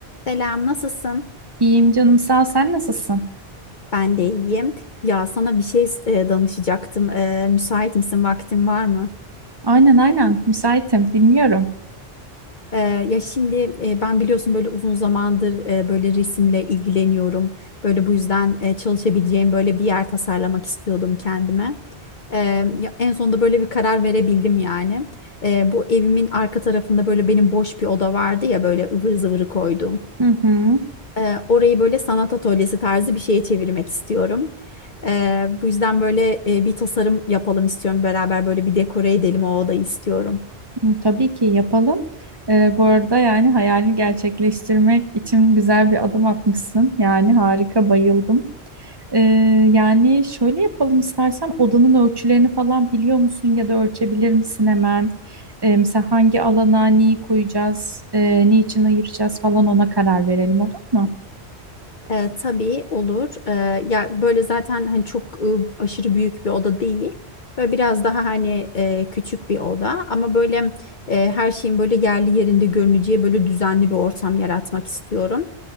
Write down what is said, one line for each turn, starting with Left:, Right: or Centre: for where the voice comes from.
Left: Selam, nasılsın?
Right: İyiyim canım sağ ol. Sen nasılsın?
Left: Ben de iyiyim. Ya sana bir şey e, danışacaktım. E, müsait misin? Vaktin var mı?
Right: Aynen aynen müsaitim dinliyorum.
Left: E, ya şimdi e, ben biliyorsun böyle uzun zamandır e, böyle resimle ilgileniyorum. Böyle bu yüzden e, çalışabileceğim böyle bir yer tasarlamak istiyordum kendime. E, ya en sonunda böyle bir karar verebildim yani. E, bu evimin arka tarafında böyle benim boş bir oda vardı ya böyle ıvır zıvırı koyduğum.
Right: Hı hı.
Left: Ee, orayı böyle sanat atölyesi tarzı bir şeye çevirmek istiyorum. Ee, bu yüzden böyle e, bir tasarım yapalım istiyorum. Beraber böyle bir dekore edelim o odayı istiyorum.
Right: Hı, Tabii ki yapalım. Ee, bu arada yani hayalini gerçekleştirmek için güzel bir adım atmışsın. Yani harika bayıldım. Ee, yani şöyle yapalım istersen odanın ölçülerini falan biliyor musun ya da ölçebilir misin hemen? Ee, mesela hangi alana neyi koyacağız, e, niçin ayıracağız falan ona karar verelim olur mu?
Left: E, tabii olur. E, ya böyle zaten hani çok e, aşırı büyük bir oda değil. Böyle biraz daha hani e, küçük bir oda ama böyle e, her şeyin böyle yerli yerinde görüneceği böyle düzenli bir ortam yaratmak istiyorum.